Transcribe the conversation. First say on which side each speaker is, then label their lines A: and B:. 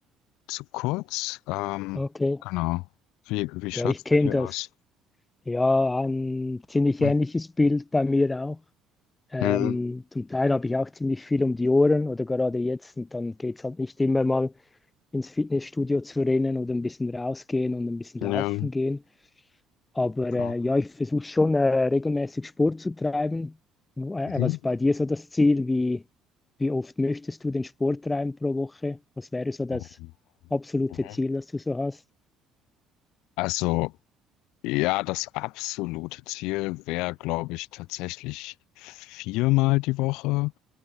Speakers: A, on the left; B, on the left.
A: zu kurz. Ähm,
B: Okay.
A: genau. Wie, wie
B: Ja,
A: schaut's
B: ich kenne
A: bei dir
B: das.
A: aus?
B: Ja, ein ziemlich
A: Hm.
B: ähnliches Bild bei mir auch. Ähm,
A: Mhm.
B: zum Teil habe ich auch ziemlich viel um die Ohren oder gerade jetzt und dann geht es halt nicht immer mal ins Fitnessstudio zu rennen oder ein bisschen rausgehen und ein bisschen
A: Ja,
B: laufen gehen. Aber
A: klar.
B: äh, ja, ich versuche schon äh, regelmäßig Sport zu treiben. Äh,
A: Mhm.
B: äh, was ist bei dir so das Ziel? Wie, wie oft möchtest du den Sport treiben pro Woche? Was wäre so das
A: Ähm,
B: absolute
A: mhm.
B: Ziel, das du so hast?
A: Also, ja, das absolute Ziel wäre, glaube ich, tatsächlich viermal die Woche.